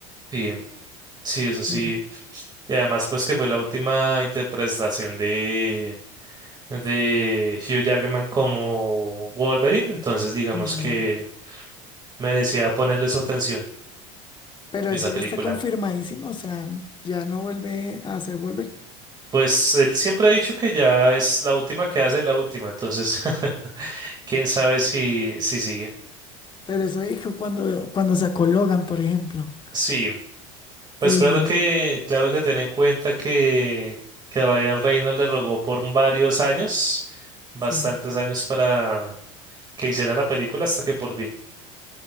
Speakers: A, on the right (about 25°); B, on the left (about 30°).
A: Sí, sí, eso
B: Ujú,
A: sí. Y además, pues que fue la última interpretación de, de Hugh Jackman como Wolverine, entonces digamos
B: ujú.
A: que merecía ponerle su atención
B: Pero
A: esa
B: eso
A: película.
B: ya está confirmadísimo, o sea, ya no vuelve a hacer volver.
A: Pues él siempre ha dicho que ya es la última que hace, la última, entonces <laughs> quién sabe si, si sigue.
B: Pero eso dijo cuando, cuando sacó Logan, por ejemplo.
A: Sí, pues
B: Y
A: claro
B: mira,
A: que, claro que ten en cuenta que, que Ryan Reynolds le rogó por varios años, bastantes
B: sí,
A: años para que hicieran la película hasta que por fin.